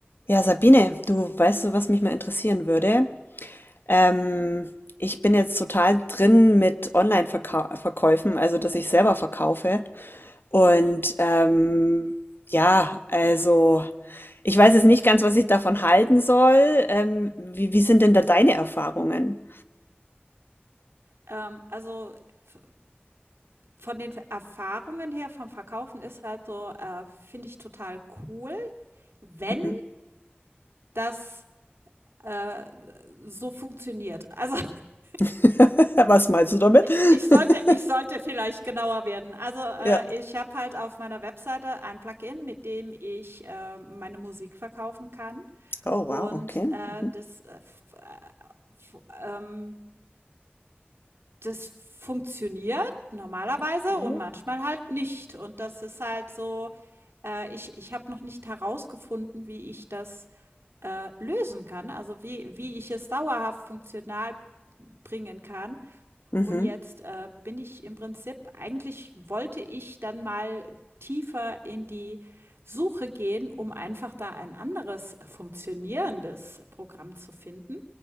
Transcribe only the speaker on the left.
Ja, Sabine, du weißt du, was mich mal interessieren würde? Ähm, ich bin jetzt total drin mit Online-Verkäufen, also dass ich selber verkaufe. Und ähm, ja, also ich weiß jetzt nicht ganz, was ich davon halten soll. Ähm, wie, wie sind denn da deine Erfahrungen?
Mhm.
<laughs> Was meinst du damit?
<laughs>
Ja.
Oh, wow,
okay. Mhm.
Okay.
Mhm,